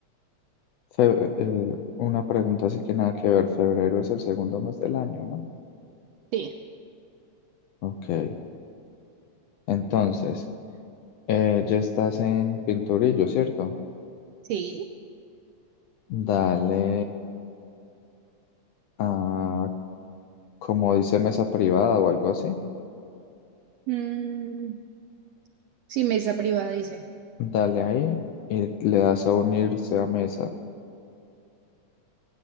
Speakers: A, on the left; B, on the right.
A: Fe- eh, una pregunta así que nada que ver. Febrero es el segundo mes del año, ¿no?
B: Sí,
A: Ok. Entonces, eh, ya estás en Pinturillo, ¿cierto?
B: sí.
A: Dale a, como dice mesa privada o algo así.
B: Mm, sí, mesa privada, dice.
A: Dale ahí y le das a unirse a mesa.